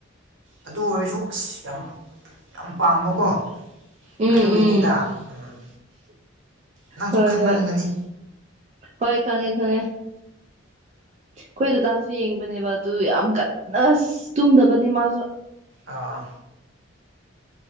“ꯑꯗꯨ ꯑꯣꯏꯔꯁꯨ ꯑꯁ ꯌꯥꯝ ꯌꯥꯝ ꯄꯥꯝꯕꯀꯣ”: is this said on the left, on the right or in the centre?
Right